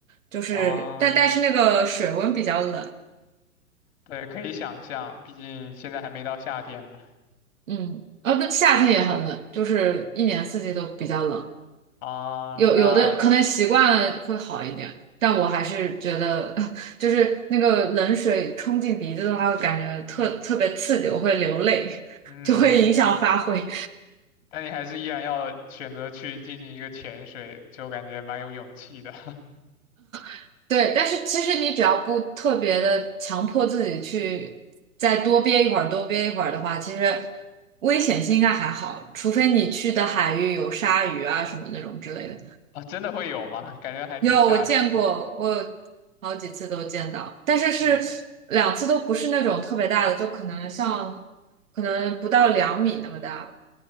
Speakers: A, on the right; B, on the left.
A: 就是但但是那个水温比较冷，
B: 啊。对，可以想象，毕竟现在还没到夏天嘛。
A: 嗯，啊，不夏天也很冷，就是一年四季都比较冷。
B: 啊，
A: 有有的可能习惯了会好一点，
B: 那
A: 但我还是觉得，<laughs> 就是那个冷水冲进鼻子的话，会感觉特特别刺激，我会流泪，<laughs>
B: 嗯，
A: 就会影响发挥。
B: 但你还是依然要选择去进行一个潜水，就感觉蛮有勇气的。
A: <laughs> 对，但是其实你只要不特别的强迫自己去再多憋一会儿，多憋一会儿的话，其实危险性应该还好，除非你去的海域有鲨鱼啊什么那种之类的。
B: <laughs> 啊，真的会有吗？感觉还挺吓人的。
A: 有，我见过，我有好几次都见到，但是是两次都不是那种特别大的，
B: 嗯，
A: 就可能像可能不到两米那么大吧。